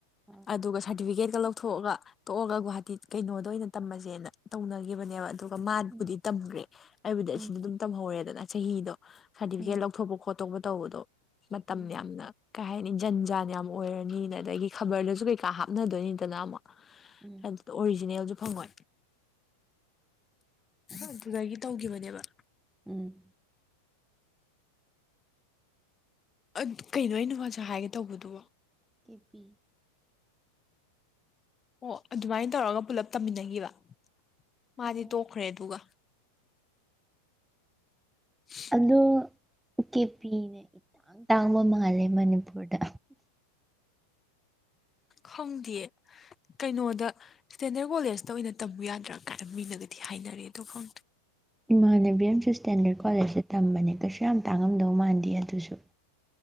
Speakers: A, in the centre; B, on the left.
A: ꯑ
B: ꯑꯗꯨꯒ ꯁꯥꯔꯇꯤꯐꯤꯀꯦꯠꯀ ꯂꯧꯊꯣꯛꯑꯒ ꯇꯣꯛꯑꯒ ꯒꯨꯍꯥꯇꯤ ꯀꯩꯅꯣꯗ ꯑꯣꯏꯅ ꯇꯝꯝꯕꯁꯦꯅ ꯇꯧꯅꯈꯤꯕꯅꯦꯕ ꯑꯗꯨ
A: ꯎꯝ
B: ꯕꯨꯗꯤ ꯇꯝꯈ꯭ꯔꯦ ꯍꯥꯏꯕꯨꯗꯤ
A: ꯎꯝ
B: ꯑꯁꯤꯗ ꯑꯗꯨꯝ ꯇꯝꯍ ꯑꯣꯏꯔꯦꯗꯅ ꯆꯍꯤꯗꯣ ꯁꯥꯔꯇꯤꯐꯤꯀꯦꯠ
A: ꯎꯝ
B: ꯂꯧꯊꯣꯛꯄ ꯈꯣꯠꯇꯣꯛꯄ ꯇꯧꯕꯗꯣ ꯃꯇꯝ
A: ꯎꯝ
B: ꯌꯥꯝꯅ ꯀꯩ ꯍꯥꯏꯅꯤ ꯖꯟ ꯖꯥꯟ ꯌꯥꯝꯅ ꯑꯣꯏꯔꯅꯤ ꯑꯗꯒꯤ ꯈꯕꯔꯗꯁꯨ ꯀꯩꯀꯥ ꯍꯥꯞꯅꯗꯣꯏꯅꯤꯗꯅ ꯑꯃꯨꯛ
A: ꯎꯝ
B: ꯑꯗꯨꯗꯣ ꯑꯣꯔꯤꯖꯤꯅꯦꯜꯖꯨ ꯐꯪꯉꯣꯏ
A: ꯑꯁ
B: ꯑꯗꯨꯗꯒꯤ ꯒꯤꯕꯅꯦꯕ
A: ꯎꯝ
B: ꯑꯠ ꯀꯩꯅꯣ ꯑꯩꯅ ꯉꯁꯥꯏ ꯍꯥꯏꯒꯦ ꯇꯧꯕꯗꯨꯕꯣ
A: ꯀꯦꯄꯤ
B: ꯑꯣ ꯑꯗꯨꯃꯥꯏꯟ ꯇꯧꯔꯒ ꯄꯨꯂꯞ ꯇꯝꯃꯤꯟꯅꯒꯤꯕ ꯃꯥꯗꯤ
A: ꯑꯣ
B: ꯇꯣꯛꯈ꯭ꯔꯦ ꯑꯗꯨꯒ <unintelligible>
A: ꯑꯗꯣ ꯀꯦꯄꯤꯅ ꯏꯇꯥꯡ ꯇꯥꯡꯕ ꯃꯥꯜꯂꯦ ꯃꯅꯤꯄꯨꯔꯗ
B: ꯈꯪꯗꯤꯌꯦ ꯀꯩꯅꯣꯗ ꯁ꯭ꯇꯦꯟꯗꯔ ꯀꯣꯂꯦꯖꯇ ꯑꯣꯏꯅ ꯇꯝꯃꯨ ꯌꯥꯗ꯭ꯔꯥ ꯀꯥꯏ ꯃꯤꯅꯒꯗꯤ ꯍꯥꯏꯅꯔꯦ ꯑꯗꯣ ꯈꯪ
A: ꯏꯃꯥꯟꯅꯕꯤ ꯑꯝꯁꯨ ꯁ꯭ꯇꯦꯟꯗꯔꯠ ꯀꯣꯂꯦꯖꯇ ꯇꯝꯕꯅꯦ ꯀꯩꯁꯨ ꯌꯥꯝ ꯇꯥꯡꯉꯝꯗꯧ ꯃꯥꯟꯗꯦ ꯑꯗꯨꯁꯨ